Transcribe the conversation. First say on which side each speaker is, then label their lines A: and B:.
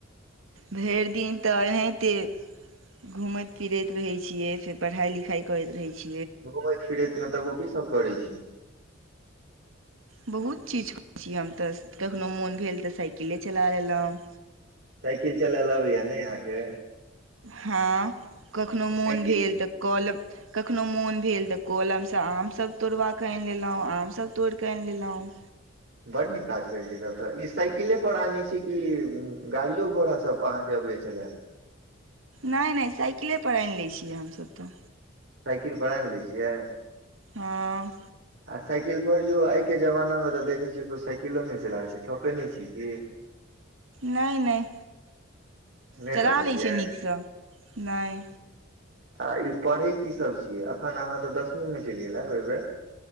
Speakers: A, on the right; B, on the right.
A: भरि दिन तऽ एनाहिते घूमैत फिरैत रहैत छियै फेर पढ़ाइ लिखाइ करैत रहैत छियै।
B: घूममे फिरे मलब ओ की सब करै छै।
A: बहुत चीज करैत छी हम तऽ कखनो मोन भेल तऽ साइकिले चला लेलहुँ
B: साइकिल चलायल अबैया नहि अहाँके
A: हँ कखनो मोन
B: साइकिल
A: भेल तऽ कल कखनो मोन भेल तऽ कलमसँ आमसभ तोड़बा कऽ आनि लेलहुँ आमसभ तोड़ि कऽ। कन ललहुँ
B: बड नीक काज करैत छै तब तऽ ई साइकिलेपर आनै छी कि गाड़िो घोड़ा सभ अहाँके अबैए चब
A: नहि नहि साइकिलेपर आनि लैत छियै हमसभ तऽ।
B: साइकिल पा ने लै छियै।
A: हँ।
B: आ साइकिल पर यौ आइके जमानामे तऽ देखै छियै कोइ साइकिलो नहि चला रहल छै ठकै नहि छै कि।
A: नहि नहि।
B: नहि
A: चला
B: ठकै
A: लै
B: छियै
A: छै नीकसँ नहि।
B: आ ई पढ़ै कीसभ छियै एखन अहाँ तऽ दसमीमे चलिियै ने ओ बेर